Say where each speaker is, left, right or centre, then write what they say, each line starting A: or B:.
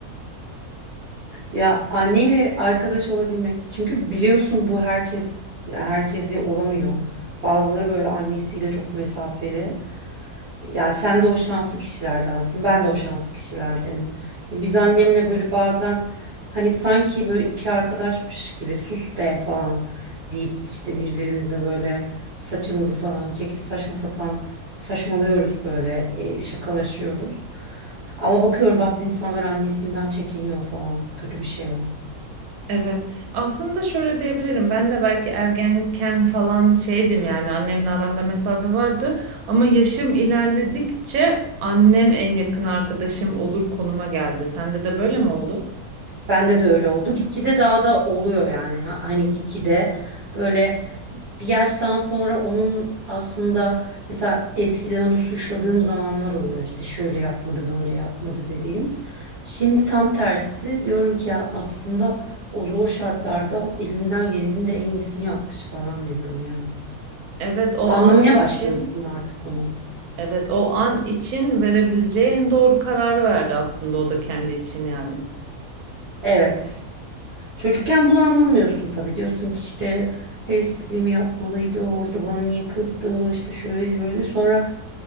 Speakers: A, on the right; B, on the right.
A: Ya anneyle arkadaş olabilmek. Çünkü biliyorsun bu herkes ya herkese olamıyor. Bazıları böyle annesiyle çok mesafeli. Ya sen de o şanslı kişilerdensin. Ben de o şanslı kişilerdenim. Ya biz annemle böyle bazen hani sanki böyle iki arkadaşmış gibi sus be falan deyip işte birbirimize böyle saçımızı falan çekip saçma sapan saçmalıyoruz böyle e, şakalaşıyoruz. Ama bakıyorum bazı insanlar annesinden çekiniyor falan. Kötü bir şey o.
B: Evet, aslında şöyle diyebilirim. Ben de belki ergenken falan şeydim yani annemle aramda mesafe vardı ama yaşım ilerledikçe annem en yakın arkadaşım olur konuma geldi. Sende de böyle mi oldu?
A: Bende de öyle oldu. Gitgide daha da oluyor yani. Ha- Hani gitgide böyle bir yaştan sonra onun aslında mesela eskiden onu suçladığım zamanlar oluyor. İşte şöyle yapmadı, böyle yapmadı dediğim. Şimdi tam tersi diyorum ki ya aslında o zor şartlarda elinden gelenin de en iyisini yapmış falan diyorum yani.
B: Evet, o
A: Anlamaya
B: an için.
A: başlıyorsun artık onu.
B: Evet, o an için verebileceği en doğru kararı verdi aslında o da kendi için yani.
A: Evet. Çocukken bunu anlamıyorsun tabii. Diyorsun ki işte her istediğimi yapmalıydı. Orada bana niye kızdı? İşte şöyle böyle. Sonra